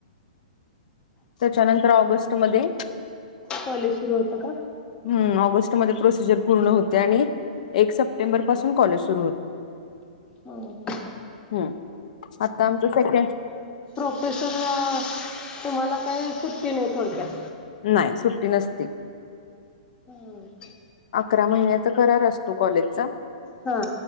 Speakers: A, on the left; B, on the left.
A: त्याच्यानंतर, ऑगस्टमध्ये
B: कॉलेज सुरू होत का?
A: हम्म ऑगस्टमध्ये प्रोसिजर पूर्ण होते आणि एक सप्टेंबर पासून कॉलेज सुरू होत.
B: ह ह
A: हम्म आता आमच सेकेड
B: प्रोफेशर तुम्हाला काही सुट्टी नाही थोडक्यात.
A: नाही सुट्टी नसती.
B: हम्म.
A: अकरा महिन्याचा करार असतो, कॉलेजचा.
B: हा